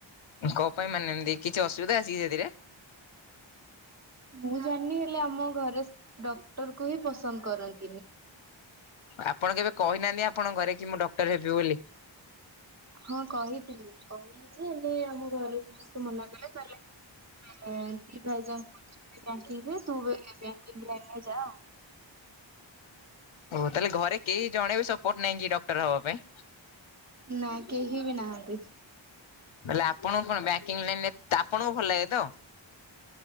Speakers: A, on the left; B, on the right.
A: କଣ ପାଇଁ ମାନେ ଏମତି କିଛି ଅସୁବିଧା ଅଛି କି ସେଥିରେ?
B: ମୁଁ ଜାଣିନି ହେଲେ ଆମ ଘରେ ଡକ୍ଟର କୁ ହିଁ ପସନ୍ଦ କରନ୍ତି
A: ଆପଣ କେବେ କହିନାହାନ୍ତି ଆପଣଙ୍କ ଘରେ କି ମୁଁ ଡକ୍ଟର ହେବି ବୋଲି
B: ହଁ କହିଥିଲି କହିଲି ଯେ ହେଲେ ଆମ ଘରେ ସମସ୍ତେ ମନା କଲେ କହିଲେ ଦି ଭାଇ ଯାଙ୍କ କରୁଛନ୍ତି ବ୍ୟାଙ୍କିଙ୍ଗ୍ ରେ ତୁ ବି ବ୍ୟାଙ୍କିଙ୍ଗ୍ ଲାଇନରେ ଯା ଆଉ
A: ଓ ତାହେଲେ ଘରେ କେହି ଜଣେ ବି ସପୋର୍ଟ ନାହିଁ କି ଡକ୍ଟର ହବା ପାଇଁ?
B: ନା କେହି ବି ନାହାନ୍ତି
A: ବଲେ ଆପଣଙ୍କୁ କଣ ବ୍ୟାଙ୍କିଙ୍ଗ ଲାଇନ ଆପଣଙ୍କୁ ଭଲ ଲାଗେ ତ?